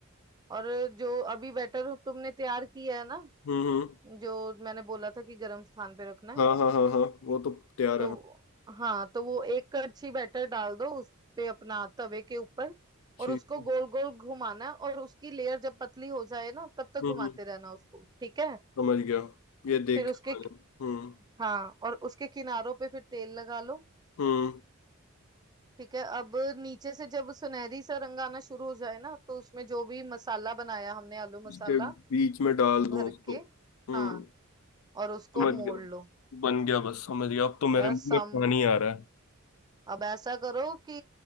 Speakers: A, on the right; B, on the left.
A: और जो अभी बैटर तुमने तैयार किया है ना
B: हम्म हम्म
A: जो मैंने बोला था कि गरम स्थान पे रखना है
B: हाँ हाँ हाँ हाँ वो तो तैयार
A: तो
B: है
A: हाँ तो वो एक कड़छी बैटर डाल दो उस पे अपना तवे के ऊपर
B: ठीक
A: और उसको
B: है।
A: गोल गोल घुमाना है, और उसकी लेयर जब पतली हो जाए ना तब तक घुमाते
B: हम्म हम्म
A: रहना उसको ठीक है
B: समझ गया ये देख
A: फिर उसके
B: मैंने हम्म
A: हाँ और उसके किनारों पे फिर तेल लगा लो
B: हम्म
A: ठीक है अब नीचे से जब सुनहरी सा रंग आना शुरू हो जाए ना तो उसमें जो भी मसाला बनाया हमने आलू मसाला
B: इसके बीच में डाल दूं
A: भर
B: उसको
A: के
B: हम्म
A: हाँ और उसको
B: समझ
A: मोड़
B: गया
A: लो
B: बन गया बस समझ गया अब तो मेरे
A: यार
B: मुंह
A: सम
B: में पानी आ रहा है
A: अब ऐसा करो कि